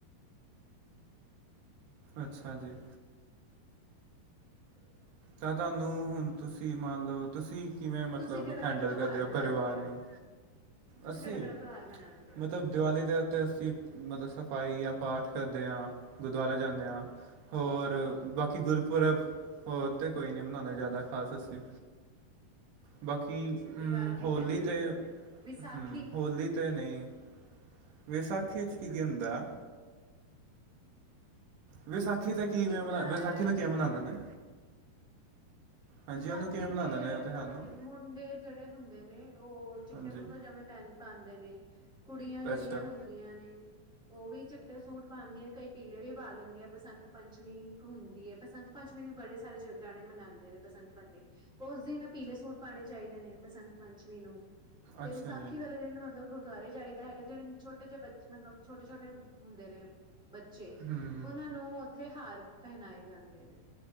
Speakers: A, on the right; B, in the centre.
A: ਅੱਛਾ ਜੀ
B: <inaudible>
A: ਤਾਂ ਤੁਹਾਨੂੰ ਹੁਣ ਤੁਸੀਂ ਮੰਨ ਲਓ, ਤੁਸੀਂ ਕਿਵੇਂ ਮਤਲਬ
B: ਤੁਸੀਂ ਕਿਹੜਾ-ਕਿਹੜਾ
A: ਹੈਂਡਲ
B: ਤਿਉਹਾਰ
A: ਕਰਦੇ ਹੋ
B: ਮਨਾਉਂਦੇ
A: ਪਰਿਵਾਰ ਨੂੰ
B: ਹੋ? ਤੁਸੀਂ
A: ਅਸੀ,
B: ਕਿਹੜਾ-ਕਿਹੜਾ ਤਿਉਹਾਰ ਮਨਾਉਂਦੇ ਹੋ?
A: ਮਤਲਬ ਦੀਵਾਲੀ ਦੇ ਉੱਤੇ ਅਸੀ ਮਤਲਬ ਸ ਪਾਈ ਆ ਪਾਠ ਕਰਦੇ ਹਾਂ, ਗੁਰਦੁਆਰਾ ਜਾਂਦੇ ਹਾਂ
B: ਜੀ
A: ਹੋਰ ਬਾਕੀ ਗੁਰ ਪੁਰਬ ਹੋਰ ਤੇ ਕੋਈ ਨੀ ਮਨਾਉਂਦੇ, ਜ਼ਿਆਦਾ ਖ਼ਾਸ ਅਸੀਂ ਬਾਕੀ
B: ਅੱਛਾ
A: ਹਮ,
B: ਦੀਵਾਲੀ
A: ਹੋਲੀ
B: ਤੇ ਗੁਰਪੁਰਬ
A: ਤੇ-ਹਮ
B: ਵਿਸਾਖੀ
A: ਹੋਲੀ ਤਾਂ ਨਹੀਂ ਵਿਸਾਖੀ ਚ ਕੀ ਕੀ ਹੁੰਦਾ? ਵਿਸਾਖੀ ਤੇ ਕੀਵੇ,
B: ਦਾ
A: ਵਿਸਾਖੀ
B: ਇਹ
A: ਨੂੰ ਕਿਵੇਂ
B: ਹੈਗਾ
A: ਮਨਾਂਦੇ ਨੇ? ਹਾਂਜੀ
B: ਵਿਸਾਖੀ
A: ਉਹਨੂੰ ਕਿਵੇਂ ਮਨਾਉਂਦੇ
B: ਤੇ
A: ਨੇ ਉਹ ਤਿਉਹਾਰ
B: ਮਤਲਬ
A: ਨੂੰ
B: ਕਿ ਮੁੰਡੇ ਜਿਹੜੇ ਹੁੰਦੇ ਨੇ ਉਹ ਚਿੱਟੇ
A: ਹਾਂਜੀ
B: ਕੁੜਤਾ ਪਜਾਮੇ ਪਹਿ ਪਾਉਂਦੇ ਨੇ ਕੁੜੀਆਂ ਜਿਹੜੀਆਂ
A: ਅੱਛਾ
B: ਹੁੰਦੀਆਂ ਨੇ ਉਹ ਵੀ ਚਿੱਟੇ ਸੂਟ ਪਾਦੀਆਂ ਕਈ ਪੀਲੇ ਵੀ ਪਾ ਲੈਂਦੀਆਂ ਬਸੰਤ ਪੰਚਮੀ ਇੱਕ ਹੁੰਦੀ ਏ ਬਸੰਤ ਪੰਚਮੀ ਵੀ ਬੜੇ ਸਾਰੇ ਜਾਣੇ ਮਣਾਣਦੇ ਨੇ ਬਸੰਤ ਪੰਚਮੀ, ਉਸ ਦਿਨ ਪੀਲੇ ਸੂਟ ਪਾਉਣੇ ਚਾਹੀਦੇ ਨੇ, ਬਸੰਤ ਪੰਚਮੀ ਨੂੰ ਤੇ,
A: ਅੱਛਾ
B: ਵਿਸਾਖੀ
A: ਜੀ
B: ਵਾਲੇ ਦਿਨ ਮਤਲਬ ਗੁਰਦੁਆਰੇ ਜਾਈਦਾ ਹੈਗਾ, ਜਿਹੜੇ ਛੋਟੇ ਜਿਹੇ ਬੱਚੇ ਮਤਲਬ ਛੋਟੇ-ਛੋਟੇ ਹੁੰਦੇ ਨੇ ਬੱਚੇ,
A: ਹੂੰ
B: ਉਹਨਾਂ ਨੂੰ ਉੱਥੇ ਹਾਰ ਪਹਿਨਾਏ ਜਾਂਦੇ ਨੇ